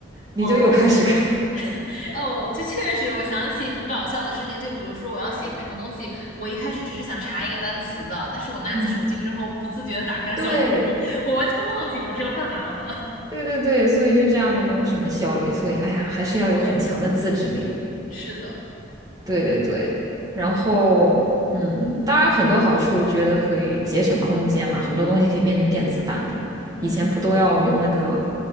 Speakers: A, on the right; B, on the left.
A: 你就又开始看。
B: 哦。
A: <laughs>
B: <laughs> 哦，这确实，我想起很搞笑的事情，就比如说我要写一个什么东西，我一开始只是想查一个单词的，但是我拿起手机之后，
A: 嗯，
B: 不自觉的打开了小红书，
A: 对，
B: 我完全忘记我是要干嘛了。
A: 对对对对，所以就这样就没有什么效率，所以哎呀，还是要有很强的自制力。
B: <laughs> 对，是的，
A: 对对对，然后嗯，当然很多好处，觉得可以节省空间嘛，很多东西可以变成电子版的，
B: 嗯，
A: 以前不都要用那个